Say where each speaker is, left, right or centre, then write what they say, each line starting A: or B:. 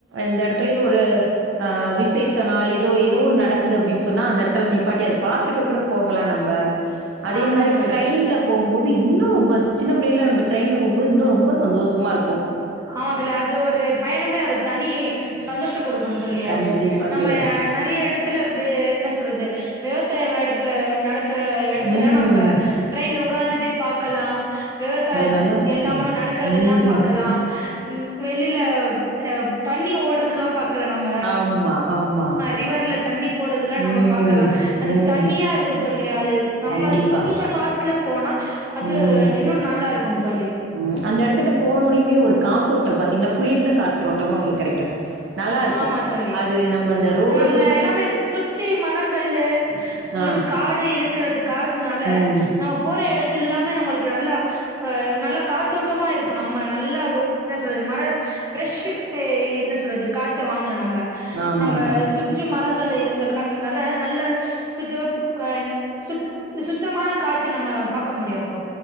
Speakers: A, on the right; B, on the right.
A: இந்த எடத்துலயே ஒரு ஆ விசேஷனா ஏதோ ஏதோ ஒன்னு நடக்குது அப்டின்னு சொன்னா அந்த இடத்துல நிப்பாட்டி அத பாத்துட்டு கூட போகலா நம்ப அதே
B: ஆமா
A: மாதிரி
B: தோழி
A: ட்ரெயின்ல போவும்போது இன்னு ரொம்ப சின்ன பிள்ளைையில நம்ப ட்ரெயின்ல போகும்போது இன்னும்ரொம்ப சந்தோஷமா இருக்கு
B: ஆமா தோழி அது ஒரு பயணமே ஒரு தனி சந்தோஷம் கொடுக்கும் தோழி
A: கண்டிப்பா
B: அது நம்ம
A: தோழி.
B: நெறைய இடத் துல வே என்ன சொல்றது விவசாய நடக்கற நடக்கற எடத்துல
A: ம்.
B: நம்ப ட்ரெயின்ல உட்காந்துட்டே பாக்கலா விவசாயத்
A: அது நல்லாருக்கும்.
B: எல்லாமே நடக்கற
A: ம்.
B: எல்லா பா க்கலா ம் வெளியில அ தண்ணி ஓட்றதுல்லா பாக்கல நம்ப
A: ஆமா, ஆமா
B: ரிவர்ல தண்ணி போடுறதெல்லா நம்ம
A: ம்,
B: பாக்கலா அது
A: ம்.
B: தனியா இருக்கு தோழி அது நம்ம
A: கண்டிப்பா.
B: சூப்பர் ஃபாஸ்ட் ல போனா அது
A: ம்.
B: இன்னு நல்லா இருக்கு தோழி
A: ம் அந்த எடத்துகிட்ட போனயுடையுமே ஒரு காற்றோட்டம் பாத்தீங்னா ஒரு குளிர்ந்த காற்றோட்டமு உங்களுக்கு கெடைக்கு நல்லா இருக்கு
B: ஆமா தோழி
A: அது நம்ம ரோடு
B: நம்ம எல்லாமே சுற்றி மரங்களு உங்களுக்கு
A: ஆ.
B: காடு இருக்கறது காரனால
A: ம்
B: நம்ம போற எடத்து எல்லாமே நம்மளுக்கு நல்லா அ நல்லா காத்தோட்டமா இருக்கு நம்ம நல்லா என்ன சொல்றது மர ஃபிரெஷ்க்கு என்ன சொல்றது காத்த வாங்கல நம்ம
A: ஆமா
B: நம்ம
A: தோழி.
B: சு ற்றி மரங்கள் இருந்த காரணத்னால நல்ல சுட்டப் சுத் சுத்தமான காத்து நம்ம பாக்க முடியு அப்போ